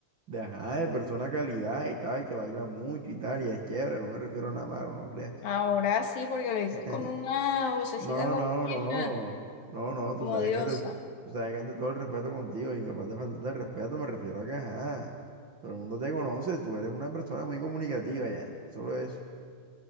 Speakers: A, on the right; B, on the left.
A: de ajá, de persona calidad y tal, que baila mucho y tal, y es chévere, no me refiero a nada malo, no creas.
B: Ahora sí, porque lo
A: <laughs>
B: dices con una vocecita
A: No,
B: como
A: no,
B: que,
A: no.
B: ah,
A: No, no, tú
B: como
A: sabes
B: diosa.
A: que antes, tú sabes que antes todo el respeto contigo, incapaz de faltarte el respeto, me refiero a que ajá. Todo el mundo te conoce, tú eres una persona muy comunicativa ya. Solo eso.